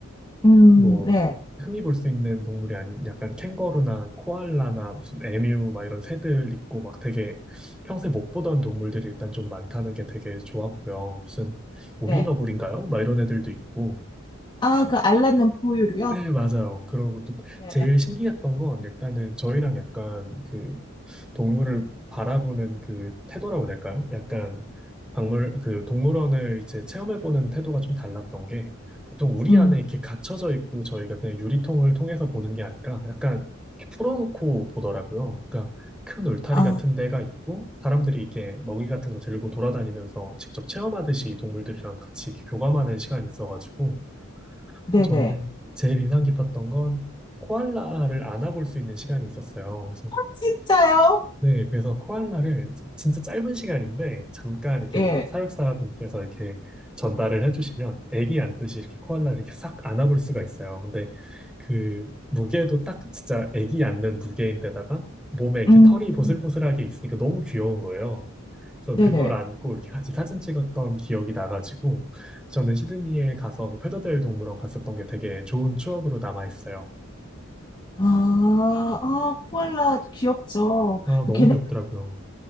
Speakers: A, on the left; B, in the centre.
A: 음,
B: 뭐
A: 네,
B: 흔히 볼 수 있는 동물이 아닌 약간 캥거루나 코알라나 무슨 에뮤 막 이런 새들 있고 막 되게 평소에 못 보던 동물들이 일단 좀 많다는 게 되게 좋았고요. 무슨 오리너구리인가요?
A: 네.
B: 막 이런 애들도 있고.
A: 아, 그 알랏는 포유류요?
B: 네, 맞아요. 그러고 또
A: 네.
B: 제일 신기했던 건 일단은 저희랑 약간 그 동물을 바라보는 그 태도라고 해야 될까요? 약간 박물 그 동물원을 이제 체험해보는 태도가 좀 달랐던 게 보통 우리
A: 음,
B: 안에 이렇게 갇혀져 있고 저희가 그냥 유리통을 통해서 보는 게 아니라 약간 이렇게 풀어놓고 보더라고요. 그러니까 큰 울타리
A: 아,
B: 같은 데가 있고 사람들이 이렇게 먹이 같은 거 들고 돌아다니면서 직접 체험하듯이 동물들이랑 같이 이렇게 교감하는 시간이 있어가지고
A: 네네.
B: 저는 제일 인상 깊었던 건 코알라를 안아볼 수 있는 시간이 있었어요. 그래서
A: 진짜요?
B: 네, 그래서 코알라를 이제 진짜 짧은 시간인데 잠깐 이렇게
A: 예.
B: 사육사분께서 이렇게 전달을 해주시면 애기 안듯이 이렇게 코알라를 이렇게 싹 안아볼 수가 있어요. 근데 그 무게도 딱 진짜 애기 안는 무게인데다가 몸에 이렇게
A: 음,
B: 털이 보슬보슬하게 있으니까 너무 귀여운 거예요. 그래서
A: 네네.
B: 그걸 안고 이렇게 같이 사진 찍었던 기억이 나가지고 저는 시드니에 가서 그 페더데일 동물원 갔었던 게 되게 좋은 추억으로 남아 있어요.
A: 아, 아, 코알라 귀엽죠.
B: 아, 너무
A: 걔네
B: 귀엽더라고요.